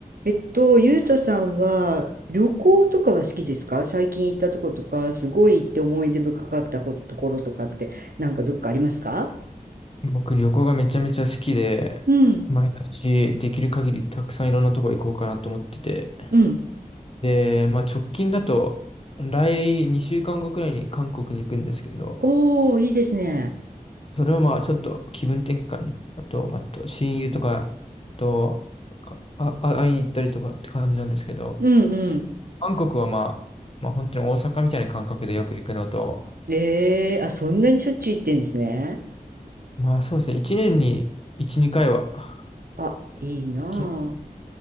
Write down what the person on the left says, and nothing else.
僕、旅行がめちゃめちゃ好きで、
毎年できる限りたくさんいろんなとこ行こうかなと思ってて。
で、まあ直近だと、来2週間後くらいに韓国に行くんですけど、
それはまあちょっと気分転換に、あと、まあ、と親友とかとかあ、あ、会いに行ったりとかって感じなんですけど、
韓国はまあ、まあ本当に大阪みたいな感覚でよく行くのと、
まあそうですね、1年に1、2回は行
きます。